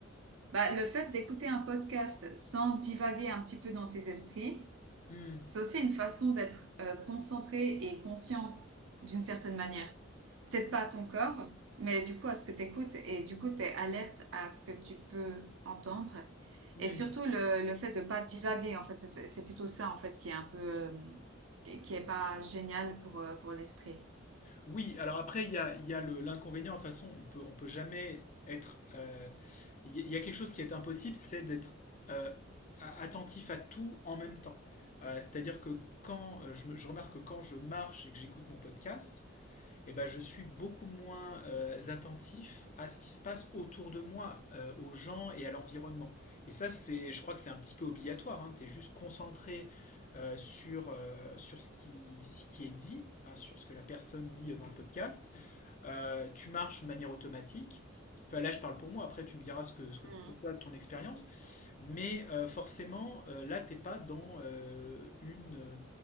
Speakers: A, on the right; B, on the left.
A: Bah, le fait d'écouter un podcast sans divaguer un petit peu dans tes esprits,
B: Hmm.
A: c'est aussi une façon d'être euh, concentré et conscient d'une certaine manière. peut-être pas à ton corps, mais du coup à ce que tu écoutes et du coup tu es alerte à ce que tu peux entendre.
B: Hmm.
A: Et surtout le, le fait de pas divaguer, en fait, c'est c'est- c'est plutôt ça en fait qui est un peu euh, qui qui est pas génial pour euh, pour l'esprit.
B: Oui, alors après, il y a, il y a le- l'inconvénient, de toute façon, on peut, on peut jamais être euh, il y, a quelque chose qui est impossible, c'est d'être euh, attentif à tout en même temps. Euh, C'est-à-dire que quand euh, je, me- je remarque que quand je marche et que j'écoute mon podcast, eh ben, je suis beaucoup moins euh, attentif à ce qui se passe autour de moi, euh, aux gens et à l'environnement. Et ça, c'est, je crois que c'est un petit peu obligatoire. Hein. Tu es juste concentré euh, sur, euh, sur ce, qui, ce qui est dit, hein, sur ce que la personne dit dans le podcast. Euh, tu marches de manière automatique. Enfin, là, je parle pour moi. Après, tu me diras ce que, ce que pour
A: Mhm.
B: toi, ton expérience. Mais euh, forcément, euh, là, t'es pas dans euh, une,